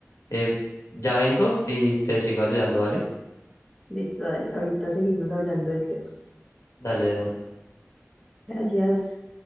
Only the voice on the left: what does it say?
eh, ya vengo y te sigo ayudando, ¿vale?
Dale de una.